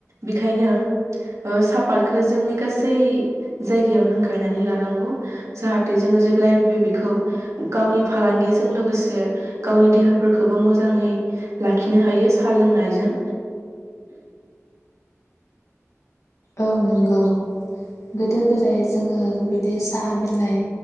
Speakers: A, on the right (about 70°); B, on the left (about 75°).
A: बेखायनो ओ सापातखौ जोंनि गासै जायगायाव हांख्रायनानै लानांगौ जाहाथे जोङो जेब्लायबो बेखौ गावनि फालांगिजों लोगोसे गावनि देहाफोरखौबो मोजाङै लाखिनो हायो साहा लोंनायजों
B: औ नंगौ गोदो गोदाय जोङो बिदि साहा बिलाइ